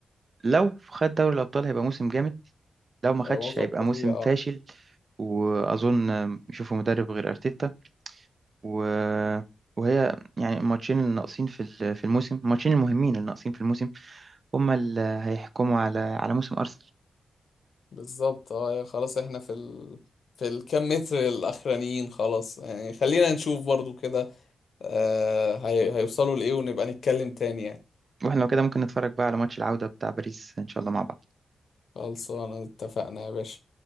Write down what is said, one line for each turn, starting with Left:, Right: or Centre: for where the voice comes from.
Right: لو خد دوري الأبطال هيبقى موسم جامد لو ما خدش
Left: أيوة، معظم
Right: هيبقى
Left: فظيع
Right: موسم
Left: اه
Right: فاشل واظن يشوفوا مدرب غير ارتيتا و... وهي يعني الماتشين اللي ناقصين في ال- في الموسم الماتشين المهمين اللي ناقصين في الموسم هما اللي هيحكموا على على موسم ارسنال
Left: بالظبط اه يا خلاص احنا في ال... في الكام متر الاخرانيين خلاص يعني خلينا نشوف برضو كده آه هي... هيوصلوا لايه ونبقى نتكلم تاني يعني
Right: واحنا لو كده ممكن نتفرج بقى على ماتش العودة بتاع باريس ان شاء الله مع بعض
Left: خلصانه اتفقنا يا باشا